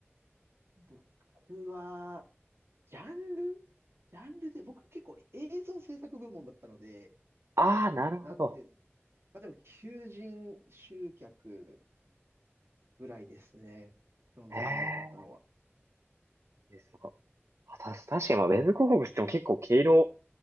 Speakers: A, on the right; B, on the right.
A: 僕は、ジャンルジャンルで、僕結構映像制作部門だったので、
B: ああ、なるほど。
A: なんていうんですか。まあでも、求人集客ぐらいですね。基本的に多かったのは。
B: へえ、いいです。なんか、あた確かに、まあ、ウェブ広告っても結構毛色